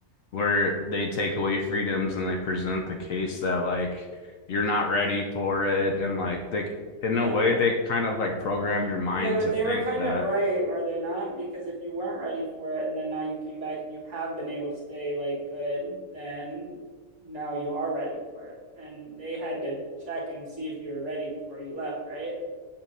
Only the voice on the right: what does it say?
Yeah.
Yeah, but
they were
kind
of right, were they not? Because if you weren't ready for it and then now you came back and you have been able to stay like good, then now you are ready for it. And they had to check and see if you were ready before you left, right?